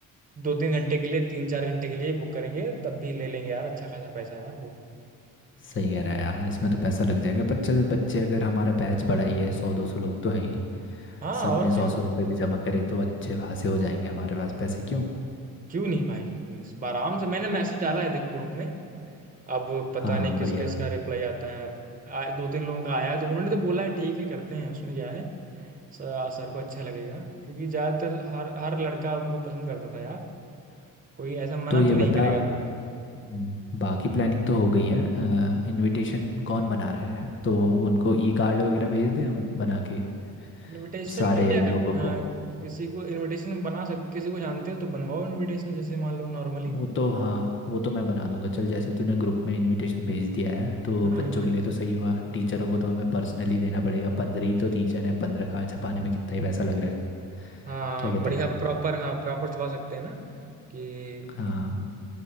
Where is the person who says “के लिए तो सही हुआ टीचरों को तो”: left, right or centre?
Left